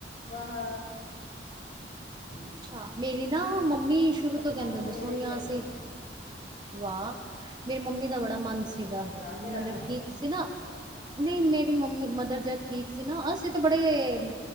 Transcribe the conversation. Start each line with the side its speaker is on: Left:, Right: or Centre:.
Left: ਬਾਹਰ <unintelligible>
Right: ਅੱਛਾ, ਮੇਰੀ ਨਾ ਮੰਮੀ ਸ਼ੁਰੂ
Left: ਬਸ
Right: ਤੋਂ
Left: ਥੋੜਾ
Right: ਕਹਿੰਦੇ
Left: ਨੇੜੇ
Right: ਹੁੰਦੇ ਸੋਨੀਆ
Left: ਹੀ ਹੈ ਸਾਨੂੰ
Right: ਸੀ। ਵਾਹ! ਮੇਰੀ ਮੰਮੀ ਦਾ ਬੜਾ ਮਨ
Left: ਅੱਛਾ
Right: ਸੀਗਾ
Left: ਜਾ ਕੇ
Right: ਮਤਲਬ
Left: ਆਣਾ
Right: ਠੀਕ ਸੀ ਨਾ। ਨਹੀਂ ਮੇਰੀ ਮੰਮੀ, ਮਦਰ ਜਦ ਠੀਕ ਸੀ ਨਾ, ਅਸੀਂ ਤੇ ਬੜੇ।